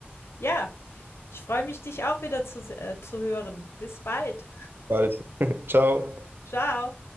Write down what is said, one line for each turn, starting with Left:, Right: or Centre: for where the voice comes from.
Left: ja, ich freue mich, dich auch wieder zu se äh, zu hören. Bis bald.
Right: Bald. <laughs> Ciao.
Left: Ciao.